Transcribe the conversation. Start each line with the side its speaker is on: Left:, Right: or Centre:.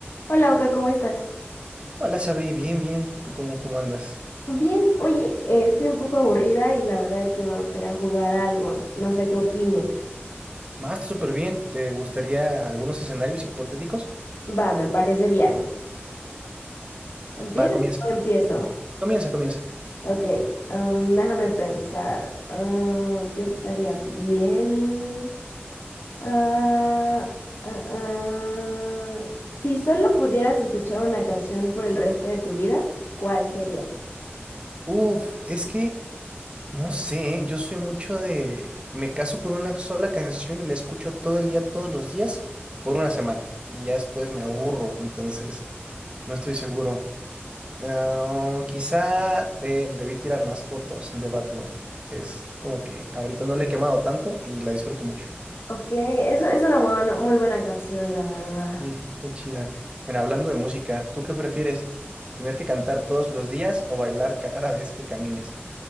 Left: Hola Oka, ¿cómo estás?
Right: Hola, Sabri, bien, bien. ¿Tú cómo, cómo andas?
Left: Bien, oye, eh, estoy un poco aburrida y la verdad es que me gustaría jugar algo. No sé qué opines.
Right: Más, está súper bien. ¿Te gustaría algunos escenarios hipotéticos?
Left: Va, me parece bien. Empieza.
Right: Va, comienza.
Left: o empiezo?
Right: Comienza, comienza.
Left: Ok, am, déjame pensar. Ah, ¿qué estaría bien? Ah, ah, ah. Si solo pudieras escuchar una canción por el resto de tu vida, ¿cuál sería?
Right: Uf, es que no sé, yo soy mucho de... Me caso con una sola canción y la escucho todo el día, todos los días, por una semana. Y ya después me aburro, entonces no estoy seguro. Ah, quizá eh, debí tirar más fotos de Bad Bunny. Es como que ahorita no le he quemado tanto y la disfruto mucho.
Left: Ok, eso es una buena- muy buena canción, la verdad.
Right: Sí, sí, está chida. Mira, hablando de música, ¿tú qué prefieres? ¿Tener que cantar todos los días o bailar cada vez que camines?